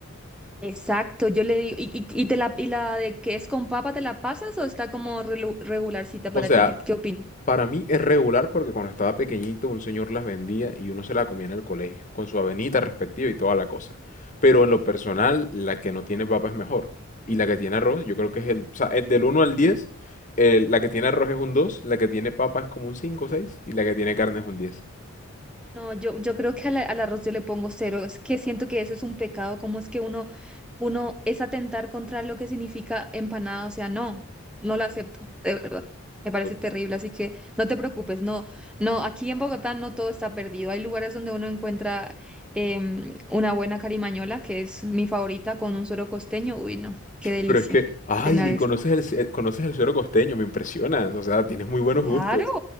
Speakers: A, in the centre; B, on the left.
A: Exacto, yo le digo, y, y, y te la, y la de que es con papa, ¿te la pasas o está como relu- regularcita
B: O
A: para
B: sea,
A: ti? ¿Qué, qué opinas?
B: Para mí es regular porque cuando estaba pequeñito un señor las vendía y uno se la comía en el colegio, con su avenita respectiva y toda la cosa. Pero en lo personal, la que no tiene papa es mejor. Y la que tiene arroz, yo creo que es el... O sea, el del uno al diez eh, la que tiene arroz es un dos la que tiene papa es como un 5 o 6 y la que tiene carne es un diez.
A: No, yo, yo creo que al, al arroz yo le pongo cero. Es que siento que eso es un pecado. ¿Cómo es que uno, uno es atentar contra lo que significa empanada? O sea, no, no la acepto, de verdad. Me parece
B: O-
A: terrible, así que no te preocupes. No, no, aquí en Bogotá no todo está perdido. Hay lugares donde uno encuentra em, una buena carimañola, que es mi favorita, con un suero costeño. Uy, no, qué delicia
B: Pero es que, ay,
A: cenar eso.
B: conoces el, ce- conoces el suero costeño, me impresionas. O sea, tienes muy buenos
A: Claro.
B: gustos.